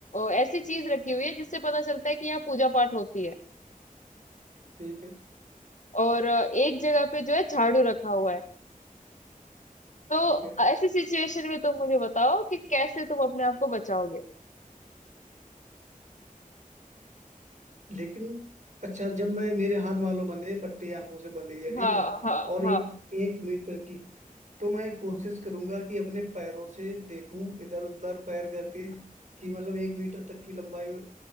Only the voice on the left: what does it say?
ऐसी चीज रखी हुई है जिससे पता चलता है कि यहाँ पूजा पाठ होती है
और अ, एक जगह पे जो है झाड़ू रखा हुआ है तो
ऐसी सिचुएशन में तुम मुझे बताओ कि कैसे तुम अपने आप को बचाओगे
हाँ
हाँ
हाँ